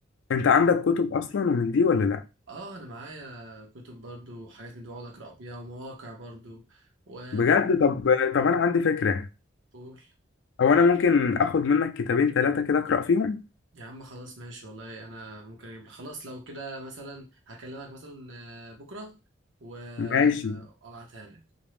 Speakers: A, on the left; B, on the right.
A: انت عندك كتب اصلا ومن دي ولا لا
B: اه انا معايا كتب برضو وحاجات من دي بقعد اقرا بيها ومواقع برضو و
A: بجد طب طب انا عندي فكره
B: قول
A: هو انا ممكن اخد منك كتابين ثلاثه كده اقرا فيهم
B: يا عم خلاص ماشي والله انا ممكن اجيب لك خلاص لو كده مثلا هكلمك مثلا آه، بكره وابعتها
A: ماشي
B: لك